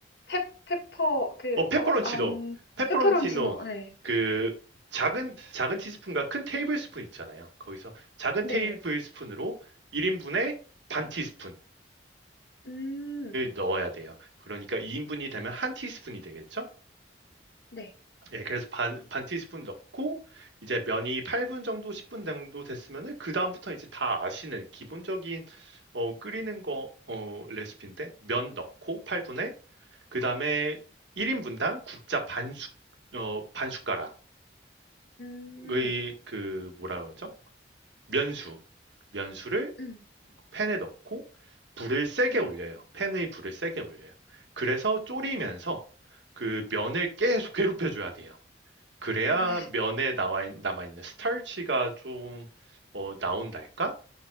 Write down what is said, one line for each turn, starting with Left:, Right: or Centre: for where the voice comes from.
Left: 페 페퍼 그
Right: 어, 페퍼론치노.
Left: 어 암
Right: 페퍼론치노.
Left: 페퍼론치노. 네
Right: 그 작은 작은 티스푼과 큰 테이블 스푼 있잖아요. 거기서 작은
Left: 네.
Right: 테이블 스푼으로 1인분에 반 티스푼을
Left: 음.
Right: 넣어야 돼요. 그러니까 2인분이 되면 한 티스푼이 되겠죠?
Left: 네.
Right: 예, 그래서 반, 반 티스푼 넣고 이제 면이 8분 정도 10분 정도 됐으면은 그 다음부터 이제 다 아시는 기본적인 어, 끓이는 거 어, 레시피인데 면 넣고 8분에 그 다음에 1인분당 국자 반 숟, 어, 반 숟가락
Left: 음.
Right: 의 그 뭐라 그러죠? 면수 면수를
Left: 음.
Right: 팬에 넣고 불을 세게
Left: 네.
Right: 올려요. 팬의 불을 세게 올려요. 그래서 졸이면서 그 면을 계속 괴롭혀줘야 돼요. 그래야
Left: 음.
Right: 면에 나와 남아 있는 스타치가 좀 어, 나온달까?